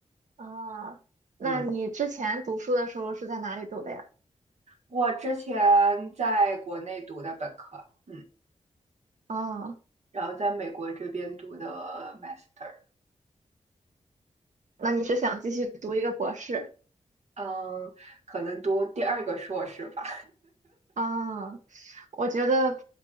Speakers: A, on the right; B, on the right.
A: 啊，那你之前读书的时候是在哪里读的呀？
B: 嗯，我之前在国内读的本科，嗯，
A: 啊，
B: 然后在美国这边读的 master，
A: 那你是想继续读一个博士？
B: 嗯，可能读第二个硕士吧。
A: 啊，我觉得，